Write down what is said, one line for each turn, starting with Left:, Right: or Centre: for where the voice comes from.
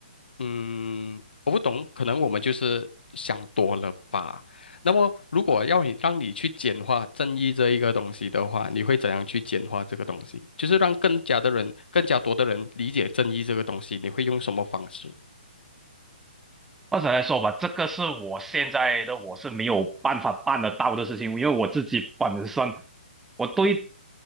Left: 嗯，我不懂，可能我们就是想多了吧。那么，如果要你让你去简化正义这一个东西的话，你会怎样去简化这个东西？就是让更加的人、更加多的人理解正义这个东西，你会用什么方式？
Centre: 或者来说吧，这个是我现在的我是没有办法办得到的事情，因为我自己本身我对